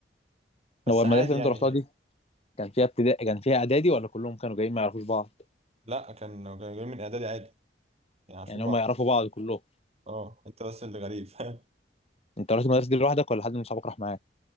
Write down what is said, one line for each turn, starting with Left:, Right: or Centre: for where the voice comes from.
Right: بس
Left: هو المدرسه
Right: عادي
Left: اللي
Right: يعني
Left: انت رحتها دي كان فيها ابتدائي كان فيها اعدادي ولا كلهم كانوا جايين ما يعرفوش بعض
Right: لا كان كانوا جايين من اعدادي عادي يعني عارفين
Left: يعني
Right: بعض
Left: هم يعرفوا بعض كلهم
Right: اه انت بس اللي غريب فاهم
Left: انت رحت المدرسه دي لوحدك ولا حد من صحابك راح معاك